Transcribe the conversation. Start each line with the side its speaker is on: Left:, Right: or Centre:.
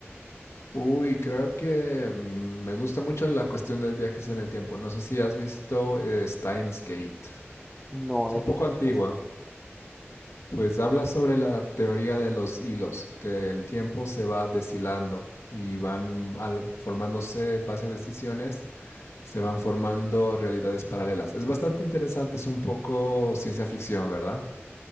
Left: Uy, creo que mm, me gusta mucho la cuestión de viajes en el tiempo. No sé si has visto eh, Steins Gate.
Centre: No,
Left: Es
Centre: ¿de
Left: un poco
Centre: qué trata
Left: antigua.
Centre: esa?
Left: Pues habla sobre la teoría de los hilos, que el tiempo se va deshilando y van al- formándose base de decisiones, se van formando realidades paralelas. Es bastante interesante, es un poco ciencia ficción, ¿verdad?